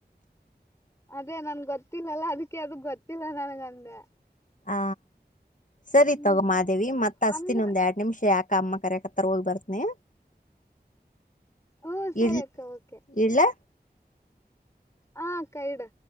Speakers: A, on the left; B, on the left.
A: ಅದೇ ನನಗ್ ಗೊತ್ತಿಲ್ ಅಲಾ ಅದಕ್ಕೆ ಅದು ಗೊತ್ತಿಲ್ಲ ನನಗ್ ಅಂದೆ.
B: ಹ ಸರಿ
A: ಹ್ಮ್
B: ತಗೊ ಮಾದೇವಿ ಮತ್ತ ಹಸ್ತಿನಿ
A: ಅಂದ್ರ
B: ಒಂದ್ ಎರಡ್. ನಿಮ್ಶ ಯಾಕ ಅಮ್ಮ ಕರ್ಯಾಕ್ ಹತ್ತರ್ ಹೋಗಿ ಬರ್ತನಿ.
A: ಓ ಸರಿ
B: ಇಡ್ಲ್
A: ಅಕ್ಕ ಓಕೆ.
B: ಇಡ್ಲಾ.
A: ಹಾ ಅಕ್ಕ ಇಡ್.